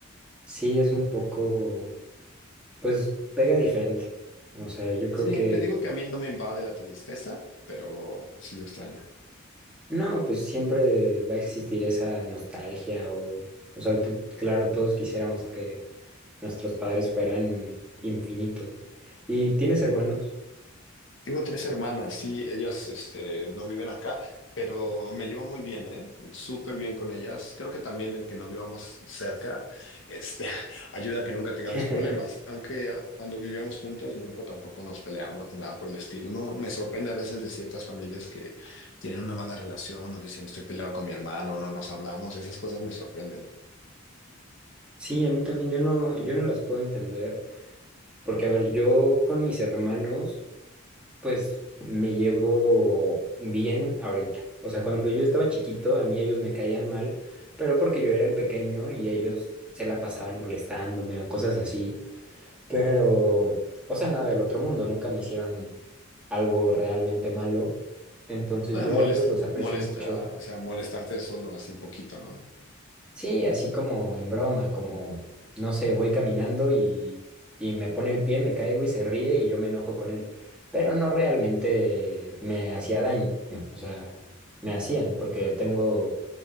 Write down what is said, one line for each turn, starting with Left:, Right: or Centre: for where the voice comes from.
Centre: sí, es un poco, pues pega diferente. O sea, yo creo
Left: Sí,
Centre: que...
Left: te digo que a mí no me invade la tristeza, pero sí lo extraño.
Centre: No, pues siempre va a existir esa nostalgia o, o sea, t- claro, todos quisiéramos que nuestros padres fueran infinitos. ¿Y tienes hermanos?
Left: Tengo tres hermanas, sí, ellas este, no viven acá, pero me llevo muy bien, ¿eh? Súper bien con ellas. Creo que también el que no vivamos cerca, este, <laughs> ayuda a que nunca tengamos
Centre: <laughs>
Left: problemas. Aunque ah, cuando vivíamos juntos nunca tampoco nos peleamos ni nada por el estilo. No, me sorprende a veces de ciertas familias que tienen una mala relación o dicen estoy peleado con mi hermano, no nos hablamos. Esas cosas me sorprenden.
Centre: Sí, a mí también, yo no, yo no las puedo entender, porque a ver, yo con mis hermanos, pues me llevo bien ahorita. O sea, cuando yo estaba chiquito, a mí ellos me caían mal, pero porque yo era el pequeño y ellos se la pasaban molestándome o cosas así. Pero, o sea, nada del otro mundo, nunca me hicieron algo realmente malo. Entonces
Left: Eh,
Centre: yo
Left: molest-
Centre: a ellos los aprecio
Left: molesta,
Centre: mucho
Left: o sea, molestarte solo así poquito, ¿no?
Centre: Sí, así como en broma, como, no sé, voy caminando y, y me pone el pie, me caigo y se ríe y yo me enojo con él. Pero no realmente me hacía daño, o sea, me hacían, porque tengo